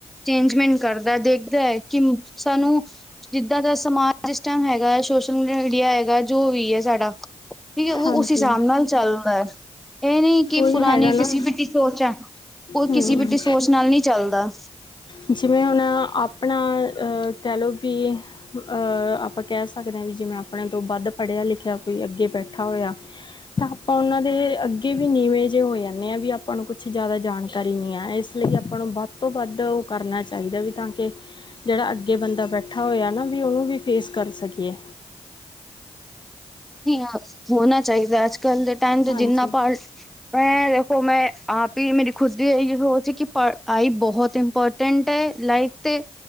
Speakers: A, in the centre; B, on the left.
A: ਚੇਂਜਮੈਂਟ ਕਰਦਾ ਦੇਖਦਾ ਐ ਕਿ ਸਾਨੂੰ ਜਿੱਦਾਂ ਦਾ ਸਮਾਜ ਇਸ ਟਾਈਮ ਹੈਗਾ ਹੈ ਸੋਸ਼ਲ ਮੀਡੀਆ। ਮੀਡੀਆ ਹੈਗਾ ਜੋ ਵੀ ਹੈ, ਸਾਡਾ ਠੀਕ ਹੈ ਉਹ
B: ਹਾਂਜੀ
A: ਉਸ ਹਿਸਾਬ ਨਾਲ ਚੱਲਦਾ ਹੈ ਇਹ ਨੀ। ਕਿ
B: ਉਹੀ
A: ਪੁਰਾਣੀ
B: ਹੈਗਾ ਨਾ
A: ਘਿਸੀ ਪਿਟੀ ਸੋਚ ਹੈ ਉਹ
B: ਹੂੰ
A: ਘਿਸੀ ਪਿਟੀ ਸੋਚ ਨਾਲ ਨਹੀਂ ਚੱਲਦਾ।
B: ਜਿਵੇਂ ਹੁਣ ਆਪਣਾ ਕਹਿ ਲਓ ਵੀ ਆਪਾਂ ਕਹਿ ਸਕਦੇ ਹਾਂ ਵੀ ਜਿਵੇਂ ਆਪਣੇ ਤੋਂ ਵੱਧ ਪੜ੍ਹਿਆ ਲਿਖਿਆ ਕੋਈ ਅੱਗੇ ਬੈਠਾ ਹੋਇਆ।
A: <unintelligible>
B: ਤਾਂ ਆਪਾਂ ਉਹਨਾਂ ਦੇ ਅੱਗੇ ਵੀ ਨੀਵੇਂ ਜਿਹੇ ਹੋ ਜਾਂਦੇ ਹਾਂ ਵੀ ਆਪਾਂ ਨੂੰ ਕੁਛ ਜ਼ਿਆਦਾ ਜਾਣਕਾਰੀ ਨਹੀਂ ਆ ਇਸ ਲਈ ਆਪਾਂ ਨੂੰ ਵੱਧ ਤੋਂ ਵੱਧ ਕਰਨਾ ਚਾਹੀਦਾ ਵੀ ਤਾਂ ਕਿ ਜਿਹੜਾ ਅੱਗੇ ਬੰਦਾ ਬੈਠਾ ਹੋਇਆ ਨਾ ਵੀ ਉਹ ਨੂੰ ਵੀ ਫੇਸ ਕਰ ਸਕੀਏ।
A: ਨਹੀਂ ਹੋਣਾ ਚਾਹੀਦਾ ਅੱਜ ਕੱਲ੍ਹ ਦੇ ਟਾਈਮ ਤੇ
B: ਹਾਂਜੀ
A: ਜਿੰਨਾ ਪੜ ਮੈਂ ਦੇਖੋ ਮੈਂ ਆਪ ਹੀ ਮੇਰੀ ਖੁਦ ਦੀ ਇਹੀ ਸੋਚ ਹੈ ਕਿ ਪੜ੍ਹਾਈ ਬਹੁਤ ਇੰਪੋਰਟੈਂਟ ਇਮਪੋਰਟੈਂਟ ਹੈ ਲਾਈਫ ਤੇ